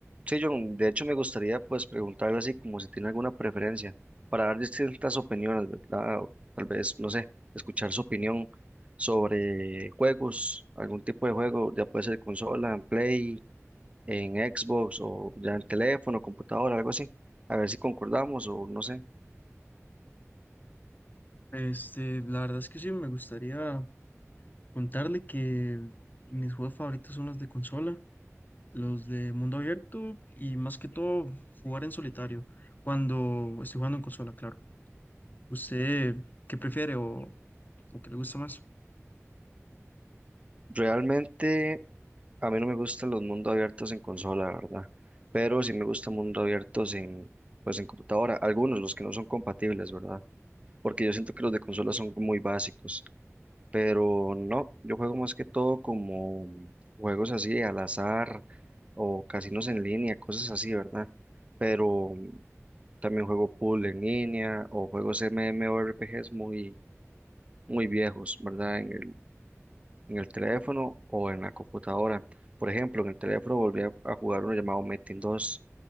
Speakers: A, on the right (about 25°); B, on the left (about 35°).
A: Sí, John, de hecho me gustaría pues preguntarle así como si tiene alguna preferencia para dar distintas opiniones, ¿verdad? O tal vez, no sé, escuchar su opinión sobre juegos, algún tipo de juego, ya puede ser consola, en Play, en Xbox o ya en teléfono, computadora, algo así. A ver si concordamos o no sé.
B: Este, la verdad es que sí, me gustaría contarle que mis juegos favoritos son los de consola, los de mundo abierto y más que todo jugar en solitario, cuando estoy jugando en consola, claro. ¿Usted qué prefiere o, o qué le gusta más?
A: Realmente a mí no me gustan los mundos abiertos en consola, ¿verdad? Pero sí me gustan mundos abiertos en pues en computadora, algunos los que no son compatibles, ¿verdad? porque yo siento que los de consola son muy básicos, pero no, yo juego más que todo como juegos así al azar o casinos en línea, cosas así, ¿verdad? Pero también juego pool en línea o juegos MMORPGs muy, muy viejos, ¿verdad? En el, en el teléfono o en la computadora. Por ejemplo, en el teléfono volví a, a jugar uno llamado Metin 2,